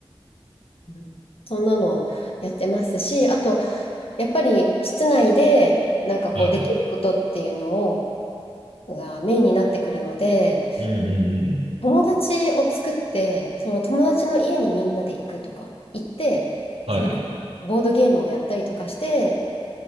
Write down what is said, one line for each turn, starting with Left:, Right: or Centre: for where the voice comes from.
Left: うんそんなのやってますし、あと、やっぱり室内で、なんかこう、
Right: はい。
Left: できることっていうのを、がメインになってくるので、
Right: うんうんうん。
Left: 友達を作って、その友達の家にみんなで行くとか、行って、
Right: はい。
Left: それこそボードゲームをやったりとかして、